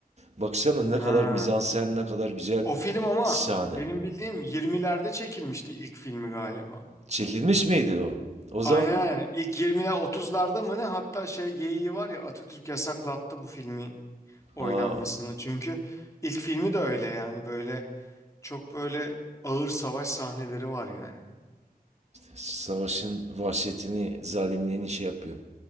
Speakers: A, on the right (about 45°); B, on the left (about 20°).
A: Baksana ne
B: ha.
A: kadar mizansen ne kadar güzel
B: O film ama
A: sahne.
B: benim bildiğim 20'lerde çekilmişti ilk filmi galiba.
A: Çekilmiş miydi o? O
B: Aynen
A: zaman
B: aynen. İlk 20'ler 30'larda mı ne? Hatta şey geyiği var ya Atatürk yasaklattı bu filmi oynanmasını.
A: aa,
B: Çünkü ilk filmi de öyle yani böyle çok böyle ağır savaş sahneleri var yani.
A: savaşın vahşetini, zalimliğini şey yapıyor.